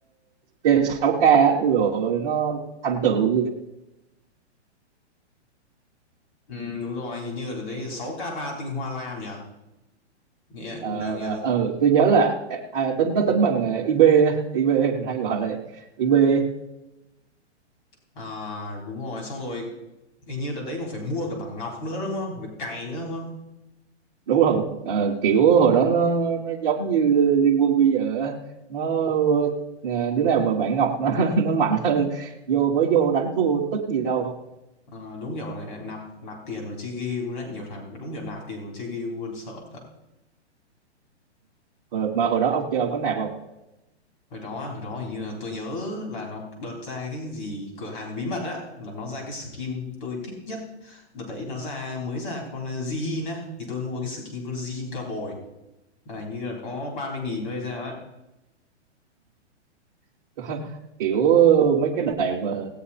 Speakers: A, in the centre; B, on the left.
A: trên sáu k á ui dồi ôi, nó thành tựu
B: ừ, đúng rồi hình như là đấy sáu 6k3 tinh hoa lam nhỉ nghĩa
A: ờ
B: cũng đáng nhớ
A: ờ, tôi nhớ là à, à, tính nó tính bằng ờ, IB á, IB mình hay gọi là IB
B: à đúng rồi xong rồi hình như đợt đấy còn phải mua cả bảng ngọc nữa đúng không phải cày nữa đúng không
A: đúng rồi Ờ, kiểu hồi đó nó nó giống như Liên Quân bây giờ á. nó ờ, đứa nào mà bạn Ngọc nó <laughs> nó mạnh hơn vô mới vô đánh thua tức gì đâu
B: Ờ, đúng kiểu này nạp nạp tiền vào chơi game luôn đấy nhiều thằng đúng kiểu nạp tiền vào chơi game luôn sợ thật
A: Hồi- mà hồi đó ông chơi ông có nạp không
B: hồi đó á, hồi đó hình như là tôi nhớ là nó đợt ra cái gì cửa hàng bí mật á là nó ra cái skin tôi thích nhất đợt đấy nó ra mới ra con ờ, Jihin á thì tôi mua cái skin con Jihin cao bồi là hình như là có ba mươi nghìn thôi hay sao á
A: <laughs> Có- kiểu mấy cái đoạn mà